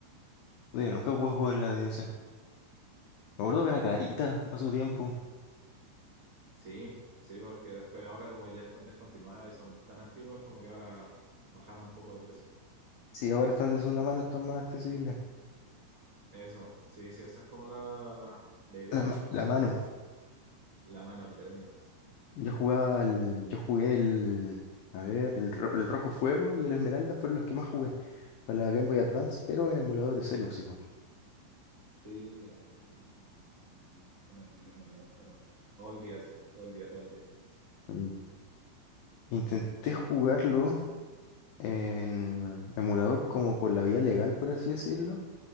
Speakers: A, on the left; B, on the right.
A: Oye, nunca pude jugar la DS. Me acuerdo que era carita a su tiempo.
B: Sí, sí, porque después ahora como ya están descontinuadas y son tan antiguas como que ahora bajaron un poco de precio.
A: Sí, ahora están de segunda mano, están más accesibles.
B: Eso, sí, sí, esa es como la, la idea,
A: La, ma- la mano.
B: la mano literalmente.
A: Yo jugaba el, Yo jugué el... A ver, el, ro- el Rojo Fuego y el Esmeralda fueron los que más jugué para la Game Boy Advance, pero en emulador de celu, sí, po.
B: Sí, hoy yo me metaba el celular con el emulador, pero Todo el día, sí, todo el día, todo el día.
A: Mm. Intenté jugarlo en emulador como por la vía legal, por así decirlo,